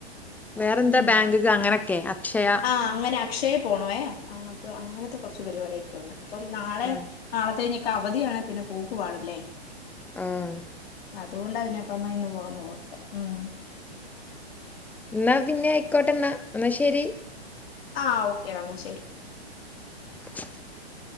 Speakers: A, in the centre; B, on the left.
A: വേറെന്താ
B: ഉം
A: ബാങ്ക്ക്ക് അങ്ങനൊക്കെ അക്ഷയ
B: ആഹ് അങ്ങനെ അക്ഷയേ പോണവേ അങ്ങത്ത് അങ്ങനത്തെ കുറച്ച് പരിപാടിയൊക്കെ ഉണ്ട് അപ്പം നാളെ
A: ആഹ്
B: നാളെത്തെ കഴി അവധിയാണെ പിന്നെ പോക്കു പാടല്ലേ
A: ആഹ
B: അതുകൊണ്ട അവനെപ്പഞ്ഞ ഇന്ന് പോന്നു പോഓർത്തെ ഉം
A: എന്നാ പിന്നെ ആയിക്കോട്ടെ എന്നാ എന്നാ ശരി
B: ആഹ് ഓക്കെടാ ന്ന ശരി
A: <unintelligible>